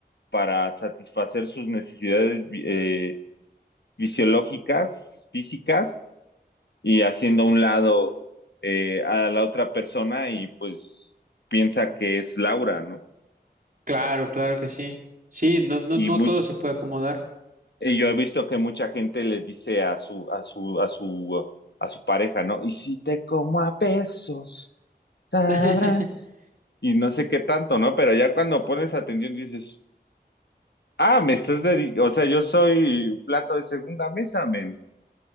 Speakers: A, on the left; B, on the right.
A: para satisfacer sus necesidades vi- eh, fisiológicas, físicas, y haciendo a un lado eh, a la otra persona y pues piensa que es Laura, ¿no?
B: Claro, claro que sí. Sí, no, no,
A: Y
B: no
A: mu-
B: todo se puede acomodar.
A: Y yo he visto que mucha gente le dice a su, a su, a su, a su pareja, ¿no? Y si te como a pesos, sabrás.
B: <laughs>
A: Y no sé qué tanto, ¿no? Pero ya cuando pones atención dices, ah, me estás dedicando, o sea, yo soy plato de segunda mesa, men.